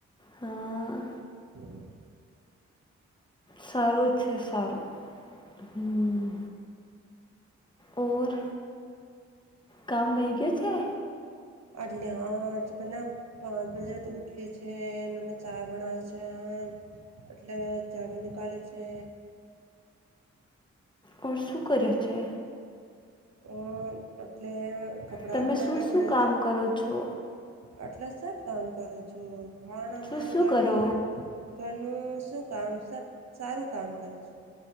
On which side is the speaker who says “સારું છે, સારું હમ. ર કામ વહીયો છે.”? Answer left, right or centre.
Left